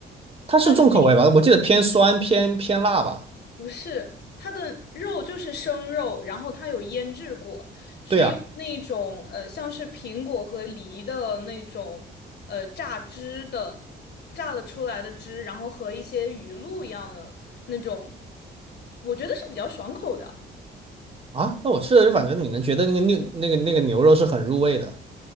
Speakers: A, on the right; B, on the left.
A: 它是重口味吧？
B: 它是一
A: 我记得偏酸偏偏辣吧？
B: 不是它的肉就是生肉，然后它有腌制过，是用那种呃像是苹果和梨的那种呃榨汁的榨了出来的汁，
A: 对啊，
B: 然后和一些鱼露一样的那种，我觉得是比较爽口的。
A: 啊，那我吃的就反正你能觉得那个牛那个那个牛肉是很入味的，